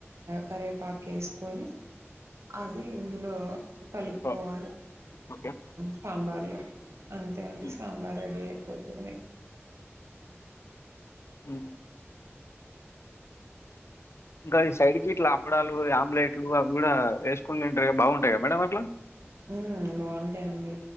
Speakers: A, on the right; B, on the left.
A: కరవేపాకు వేసుకొని అది ఇందులో కలుపుకోవాల
B: ఓ- ఓకే
A: సాంబార్ లో అంతే అండి
B: ఉమ్,
A: సాంబార్ రెడీ అయి పోతు
B: అ ఇంకా సైడ్ క ఇట్లా అప్పుడాలు ఆమ్లెట్లు అవి కూడా వేసుకునింటారు బాగుంటాయి కదా మేడ అట్లా
A: ఉమ్ బాగుంటాయండి